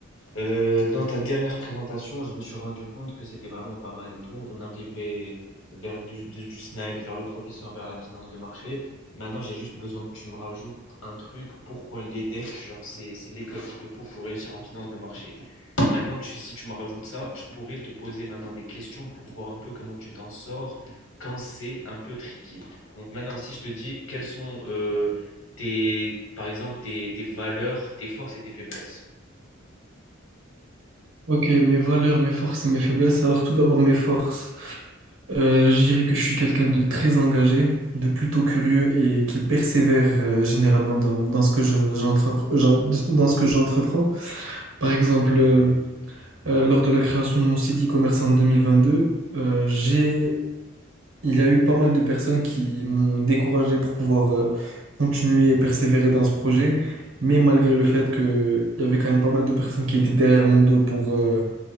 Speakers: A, on the left; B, on the right.
A: Euh, dans ta dernière présentation, je me suis rendu compte que c'était vraiment pas mal et tout. On arrivait vers du, du, du Snipes, vers le professeur, vers la finance de marché. Maintenant, j'ai juste besoin que tu me rajoutes un truc. Pourquoi l'EDEC, genre, c'est, c'est l'école qu'il te faut pour réussir en finance de marché. Maintenant, tu, si tu me rajoutes ça, je pourrais te poser maintenant des questions pour voir un peu comment tu t'en sors quand c'est un peu tricky. Donc maintenant, si je te dis quelles sont euh, tes, par exemple, tes, tes valeurs, tes forces et tes faiblesses.
B: Ok, mes valeurs, mes forces et mes faiblesses. Alors, tout d'abord, mes forces. Euh, je dirais que je suis quelqu'un de très engagé, de plutôt curieux et qui persévère euh, généralement dans, dans ce que je, j'entrepre- j'en- dans ce que j'entreprends. Par exemple, euh, euh, lors de la création de mon site e-commerce en 2022, euh, j'ai, il y a eu pas mal de personnes qui m'ont découragé pour pouvoir euh, continuer et persévérer dans ce projet. Mais malgré le fait qu'il y avait quand même pas mal de personnes qui étaient derrière mon dos pour, euh,